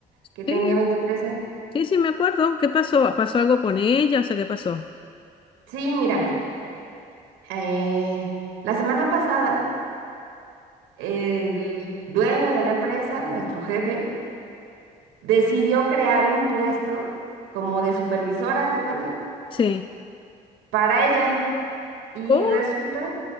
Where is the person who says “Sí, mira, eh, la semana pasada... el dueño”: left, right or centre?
Right